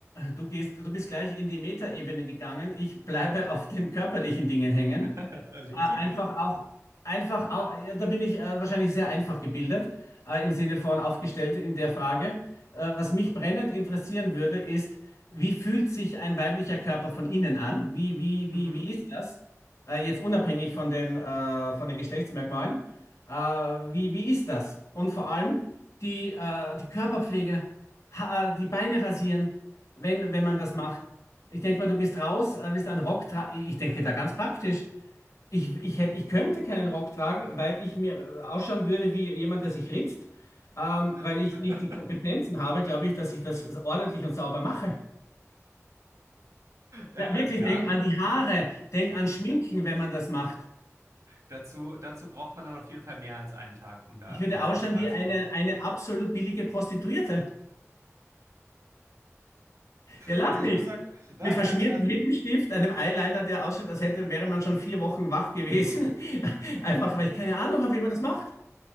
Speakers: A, on the left; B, on the right.
A: Du gehst, du bist gleich in die Metaebene gegangen. Ich bleibe auf den körperlichen Dingen hängen.
B: <laughs> Legitim.
A: Äh, Einfach auch, einfach auch, ja, da bin ich äh, wahrscheinlich sehr einfach gebildet, äh, im Sinne von aufgestellt in der Frage. Äh, was mich brennend interessieren würde, ist, wie fühlt sich ein weiblicher Körper von innen an? Wie, wie, wie,
B: Mhm.
A: wie ist das? Äh, jetzt unabhängig von den, äh, von den Geschlechtsmerkmalen. Äh, wie, wie ist das? Und vor allem die, äh, die Körperpflege, ha die Beine rasieren, wenn, wenn man das macht. Ich denke mal, du gehst raus, äh, willst einen Rock tragen. Ich denke da ganz praktisch. Ich, ich, hätte, ich könnte keinen Rock tragen, weil ich mir äh, ausschauen würde wie jemand, der sich ritzt. Ähm, weil
B: <laughs>
A: ich nicht die Kompetenzen habe, glaube ich, dass ich das äh, ordentlich und sauber mache.
B: Äh,
A: Ja,
B: Also
A: wirklich,
B: ja,
A: denk
B: das,
A: an die Haare, denk an Schminken, wenn man das macht.
B: dazu, dazu braucht man dann auf jeden Fall mehr als einen Tag, um da,
A: Ich
B: um
A: würde
B: da
A: ausschauen
B: ganz reinzukommen.
A: wie eine, eine absolut billige Prostituierte. Ja, lach
B: Also
A: nicht.
B: ich muss sagen, nein,
A: Mit verschmiertem
B: nein, also
A: Lippenstift, einem Eyeliner, der ausschaut, als hätte, wäre man schon vier Wochen wach gewesen. <laughs> Einfach, weil ich keine Ahnung habe, wie man das macht.